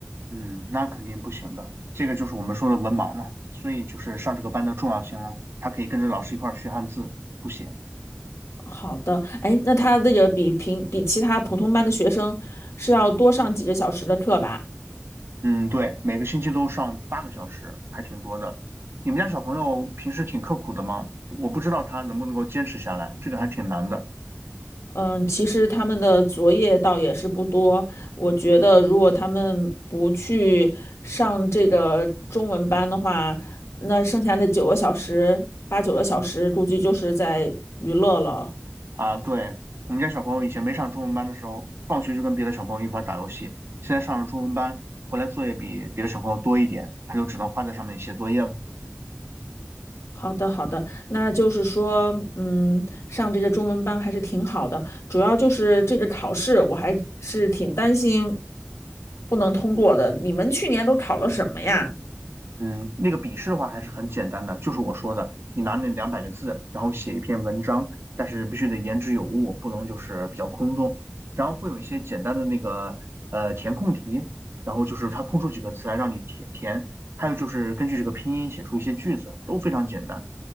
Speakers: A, on the right; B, on the left.
A: 嗯，那肯定不行的。这个就是我们说的文盲嘛，所以就是上这个班的重要性了。他可以跟着老师一块儿学汉字、书写，
B: 好的，哎，那他这个比平比其他普通班的学生是要多上几个小时的课吧？
A: 嗯，对，每个星期都上八个小时，还挺多的。你们家小朋友平时挺刻苦的吗？我不知道他能不能够坚持下来，这个还挺难的。
B: 嗯，其实他们的作业倒也是不多。我觉得，如果他们不去上这个中文班的话，那剩下的九个小时，八九个小时，估计就是在娱乐了。
A: 啊，对，我们家小朋友以前没上中文班的时候，放学就跟别的小朋友一块儿打游戏。现在上了中文班，回来作业比别的小朋友多一点，他就只能花在上面写作业了。
B: 好的，好的，那就是说，嗯，上这个中文班还是挺好的。主要就是这个考试，我还是挺担心不能通过的。你们去年都考了什么呀？
A: 嗯，那个笔试的话还是很简单的，就是我说的，你拿那两百个字，然后写一篇文章，但是必须得言之有物，不能就是比较空洞。然后会有一些简单的那个呃填空题，然后就是它空出几个词来让你填填，还有就是根据这个拼音写出一些句子，都非常简单。